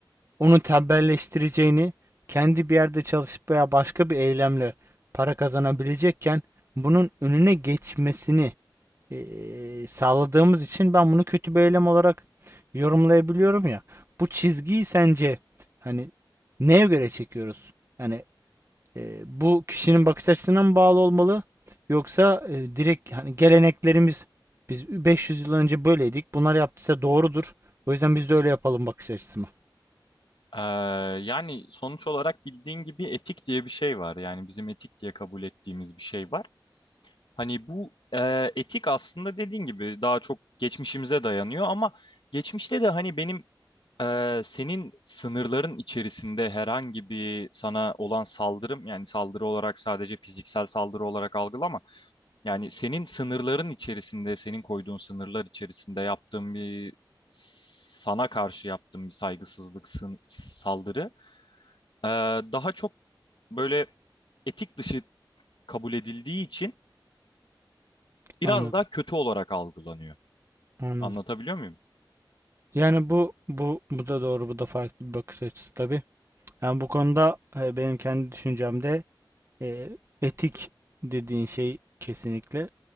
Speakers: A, on the right (about 35°); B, on the left (about 85°).
A: onu tembelleştireceğini, kendi bir yerde çalışıp veya başka bir eylemle para kazanabilecekken bunun önüne geçmesini eee, sağladığımız için ben bunu kötü bir eylem olarak yorumlayabiliyorum ya. Bu çizgiyi sence hani neye göre çekiyoruz? Yani eee, bu kişinin bakış açısına mı bağlı olmalı? Yoksa e, direkt hani geleneklerimiz biz 500 yıl önce böyleydik. Bunlar yaptıysa doğrudur. O yüzden biz de öyle yapalım bakış açısı mı?
B: Ee, yani sonuç olarak bildiğin gibi etik diye bir şey var. Yani bizim etik diye kabul ettiğimiz bir şey var. Hani bu e, etik aslında dediğin gibi daha çok geçmişimize dayanıyor ama geçmişte de hani benim e, senin sınırların içerisinde herhangi bir sana olan saldırım yani saldırı olarak sadece fiziksel saldırı olarak algılama. Yani senin sınırların içerisinde, senin koyduğun sınırlar içerisinde yaptığım bir sana karşı yaptığım bir saygısızlık sın- saldırı ee, daha çok böyle etik dışı kabul edildiği için biraz
A: Anladım,
B: daha kötü olarak algılanıyor.
A: anladım.
B: Anlatabiliyor muyum?
A: Yani bu bu bu da doğru, bu da farklı bir bakış açısı tabii. Yani bu konuda e, benim kendi düşüncemde e, etik dediğin şey kesinlikle